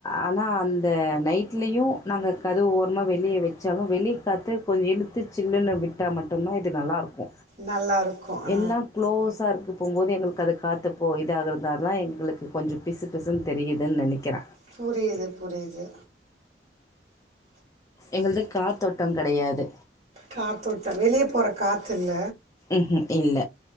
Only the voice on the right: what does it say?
நல்லா இருக்கும் ஆ
புரியுது புரியுது
காத்தோட்டோ வெளிய போற காத்து இல்ல